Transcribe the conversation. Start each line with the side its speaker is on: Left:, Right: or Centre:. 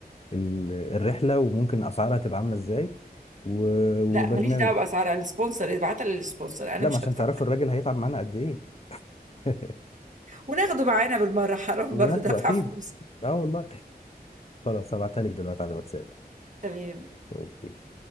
Left: ال الرحله وممكن اسعارها تبقى عامله ازاي و- وبرنامج
Right: لا ماليش دعوة بأسعار أنا السبونسر ابعتها للسبونسر أنا
Left: لا
Right: مش
Left: ما عشان
Right: هدفع
Left: تعرفي الراجل هيتعب معانا قد ايه <laughs>
Right: وناخده معانا بالمرة حرام
Left: وناخده
Right: برضه دفع
Left: اكيد
Right: فلوس
Left: اه والله خلاص هبعتها لك دلوقتي على الواتساب
Right: تمام
Left: اوكي